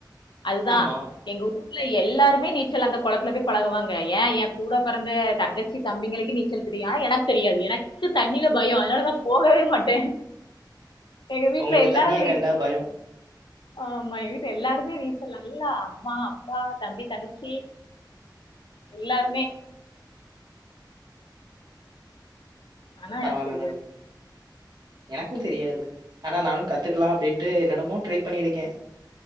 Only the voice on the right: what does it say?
ஆமா.
உங்களுக்கு
தண்ணீய
கண்டா பயம்.
பரவால்ல
மேடம். எனக்கும் தெரியாது ஆனா நானும் கத்துக்கலாம் அப்டின்னு என்னொன்னமோ ட்ரை பண்ணியிருக்கேன்